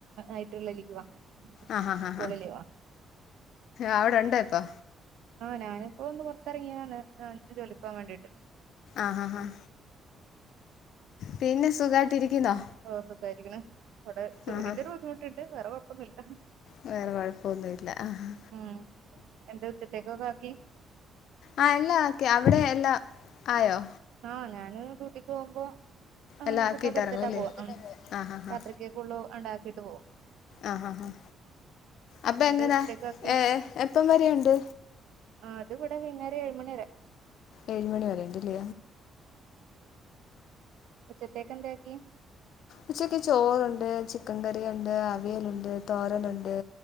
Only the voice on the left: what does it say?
ആഹാ, ഹാ,
ഹാ
അവിടെ ഉണ്ടോ ഇപ്പൊ
ആഹ ഹ ഹ പിന്നെ സുഖമായിട്ടിരിക്കുന്നോ
ആ ഹാ
വേറെ കൊഴപ്പൊന്നും, ഇല്ല ആഹ്
ആഹ് എല്ലാ ആക്കി അവിടെ എല്ലാ ആയോ?
എല്ലാം ആക്കിയിട്ട്
ഇറങ്ങുമല്ലേ
ആ ഹാ ഹാ
ആഹ്, ഹാ ഹ അപ്പൊ
എങ്ങനാ
ഏ എപ്പം വരെ ഇണ്ട്?
ഏഴ് മണി വരെ ഉണ്ടലെ
ഉച്ചക്ക് ചോറുണ്ട്, ചിക്കൻ കറി ഉണ്ട് അവിയലുണ്ട് തോരനുണ്ട്